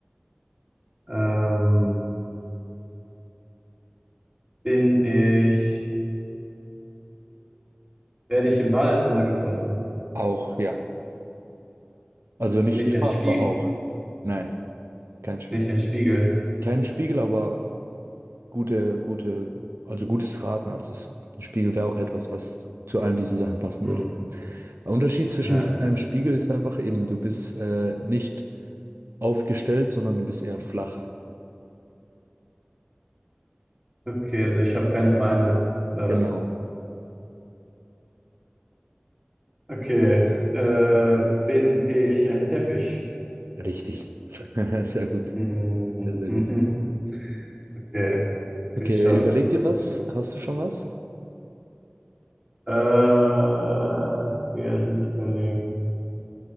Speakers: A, on the right; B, on the right.
A: Ähm, bin ich, werde ich im Badezimmer gefunden?
B: Auch, ja. Also nicht
A: Bin ich
B: immer,
A: ein Spiegel?
B: aber auch. Nein, kein Spiegel.
A: Bin ich ein Spiegel?
B: Kein Spiegel, aber gute, gute, also gutes Raten. Also es, ein Spiegel wäre auch etwas, was zu allen diesen Sachen passen
A: Hm,
B: würde. Der Unterschied zwischen
A: ja.
B: dir und einem Spiegel ist einfach eben, du bist äh, nicht aufgestellt, sondern du bist eher flach.
A: Okay, also ich habe keine Beine oder
B: Genau.
A: was? Okay, äh, bin ich ein Teppich?
B: Richtig. <laughs> Sehr gut.
A: Hm,
B: Sehr, sehr
A: mhm,
B: gut.
A: okay, geschafft.
B: Okay, überleg dir was. Hast du schon was?
A: Äh, okay, lass mich überlegen.